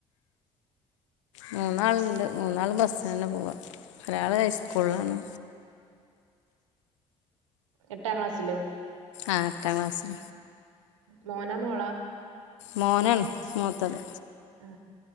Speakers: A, on the left (about 80°); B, on the right (about 80°).
A: മൂന്നാളുണ്ട് മൂന്നാള് ബസ്സിനന്നെ പോവാ ഒരാള് ഹൈസ്കൂളിലാണ്.
B: എട്ടാം ക്ലാസ്സിലോ?
A: ആ എട്ടാം ക്ലാസ്.
B: മോനാ മോളാ?
A: മോനാണ് മൂത്തത്.
B: ആ